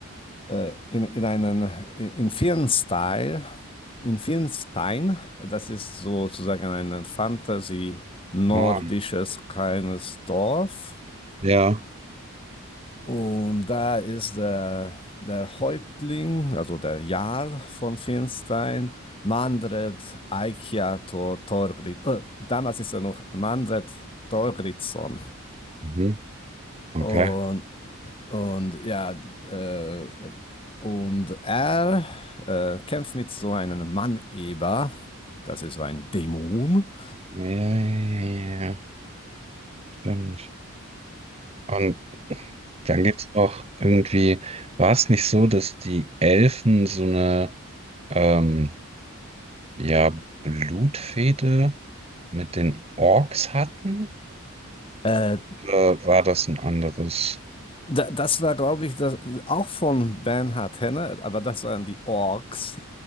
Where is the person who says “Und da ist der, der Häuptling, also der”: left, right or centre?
Left